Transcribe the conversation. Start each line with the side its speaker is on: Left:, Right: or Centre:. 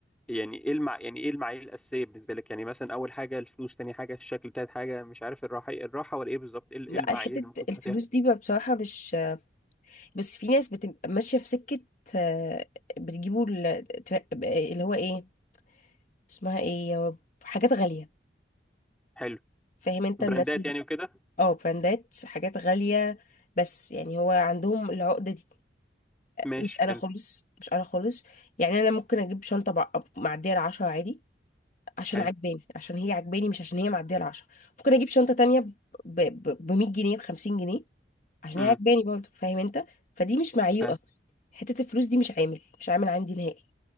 Centre: يعني ايه المع... يعني ايه المعايير الاساسيه بالنسبه لك يعني مثلا اول حاجه الفلوس تاني حاجه الشكل تالت حاجه مش عارف الراحه الراحه ولا ايه بالظبط ايه ايه
Left: لا
Centre: المعايير
Left: حتة
Centre: اللي ممكن تحطيها
Left: الفلوس دي بقى بصراحة مش بس في ناس بتبقى ماشية في سكة آه، بتجيبوا ال- اللي هو ايه اسمها ايه يا رب، حاجات غالية
Centre: حلو
Left: فاهم انت
Centre: براندات
Left: الناس اللي
Centre: يعني وكده
Left: اه براندات حاجات غالية بس يعني هو عندهم العقدة دي
Centre: ماشي
Left: مش انا
Centre: حلو
Left: خالص مش انا خالص يعني انا ممكن اجيب شنطة بع- معدية العشرة عادي عشان
Centre: حلو
Left: عجباني عشان هي عجباني مش عشان هي معدية العشرة ممكن اجيب شنطة تانية ب 100 جنيه بخمسين جنيه عشان
Centre: امم
Left: هي عجباني برضه فاهم انت فدي مش معيو
Centre: فاهم
Left: اصلا حتة الفلوس دي مش عامل مش عامل عندي نهائي